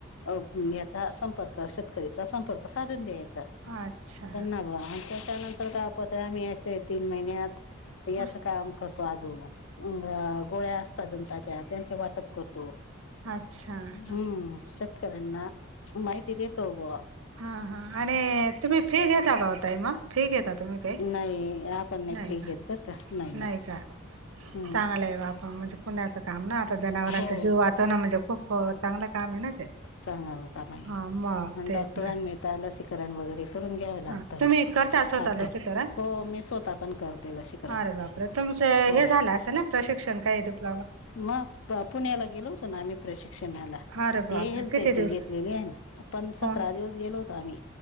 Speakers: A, on the left; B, on the right.
A: अं याचा संपर्क शेतकरीचा संपर्क साधून द्यायचा,
B: हा अच्छा
A: त्यांना मग, अन त्याच्यानंतर <unintelligible> पत्र आम्ही अशे तीन महिन्यात, याचं
B: हा
A: काम करतो आजूक अं गोळ्या अस असता जंताच्या त्यांच वाटप करतो,
B: अच्छा हा
A: हम्म, श शेतकऱ्यांना माहिती देतो ब्वा!
B: हा हा आणि तुम्ही फी घेता का ओ ताई मग? फी घेता तुम्ही काही,
A: नाही आपण नाही
B: नाई,
A: फी घेत बर का नाही नाही.
B: नाई का?
A: हम्म
B: चांगलं ए <unintelligible> म्हणजे. पुण्याचं काम ना आता जनावरांच
A: हो
B: जीव वाचवण म्हणजे खूप चांगलं काम आहे ना ते
A: सांगा का मा
B: हा मग तेच
A: डॉक्टरां
B: ना
A: मिळता लसीकरण वगैरे करून घ्यावं लागतं
B: हा तुम्ही करता स्वतः
A: आपल्या
B: लसीकरण
A: हो मी स्वतः पण करतील लशी करन
B: अरे बापरे तुमचं
A: हो
B: हे झालं असेल ना प्रशिक्षण काही डिप्लोमा
A: मग पुण्याला होत ना आम्ही प्रशिक्षणाला
B: अरे बापरे
A: हे हेल्थ
B: किती
A: त्याची
B: दिवस
A: घेतलेली आहे आपण सतरा
B: हो
A: दिवस गेलो होतो आम्ही